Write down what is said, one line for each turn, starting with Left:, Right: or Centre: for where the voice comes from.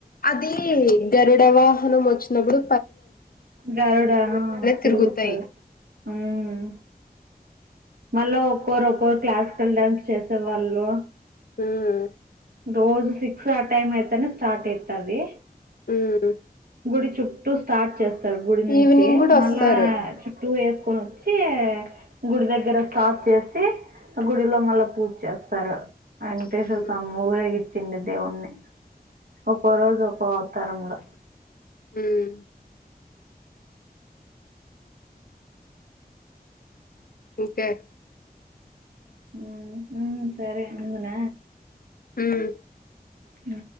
Left: అది గరుడ వాహనం ఓచ్ నపుడు
Right: గరుడ తిరుగుత
Left: తిరుగుతాయి
Right: ఉమ్ మళ్ళా ఒక్కోర్ ఒక్కోరు క్లాస్ కల్ డ్యాన్స్ చేసే వాళ్ళు
Left: ఉహుమ్
Right: రోజు సిక్స్ ఆ టైమ్ అయ్ తేనే స్టార్ట్ అయ్ తది
Left: ఉమ్
Right: గుడి చుట్టూ స్టార్ట్ చేస్తర్ గుడి నుంచి
Left: ఈవినింగ్ కూడా
Right: మళ్ళా
Left: వస్తారు
Right: చుట్టూ యెస్ కొనొచ్చి గుడి దగ్గర స్టాప్ చేసి గుడిలో మళ్ళా పూజ్ చేస్తారు యంక్ టేష్
Left: ఉమ్
Right: ల్ సామి ఏచిన్న దేవుణ్ణి ఒక్కో రోజు ఒక్కో ఔతారంలో
Left: ఉమ్ ఇంకే
Right: ఉమ్ హుహుమ్ సరే ఉందున
Left: ఉమ్
Right: అ